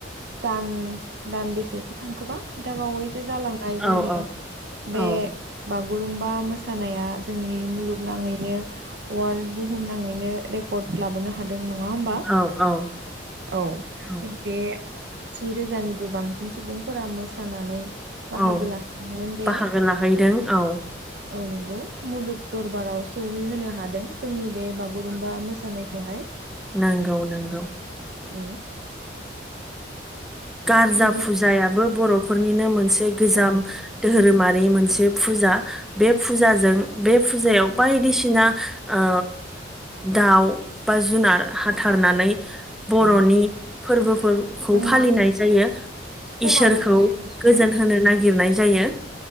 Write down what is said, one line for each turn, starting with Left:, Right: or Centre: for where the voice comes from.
Right: दान दान बेसेसो थांखोबा दा बावैसो जालांनाय जोंनि
Centre: औ औ
Right: बे
Centre: औ
Right: बागुरुमबा मोसानाया जोंनि मुलुगनाङैनो वाल्ड बुहुम नाङैनो रेकर्ड लाबोनो हा दों नङा होमबा
Centre: औ औ
Right: औ
Centre: औ
Right: थिग बे जि रोजानिबो बांसिन सुबुंफोरा मोसानानै बाहागो
Centre: औ
Right: लाफैदोंमोन बे
Centre: बाहागो लाहैदों औ
Right: औ नंगौ। मुलुग दरबाराव सहैहोनो हादों जोंनि बे बागुरुम्बा मोसानायखौहाय।
Centre: नोंगौ नोंगौ।
Right: औ
Centre: गार्जा
Right: बिदि
Centre: फुजायाबो बर'फोरनिनो मोनसे गोजाम
Right: औ नों
Centre: धोरोमा रि मोनसे फुजा बे फुजाजों बे फुजायाव बायदिसिना ओ दाउ बा जुनार हाथारनानै बर'नि
Right: औ
Centre: फोरबोफोरखौ
Right: जोंना
Centre: फालिनाय जायो।
Right: समाबो
Centre: इसोरखौ
Right: जाबाय नोंथां
Centre: गोजोन होनो नागिरनाय जायो।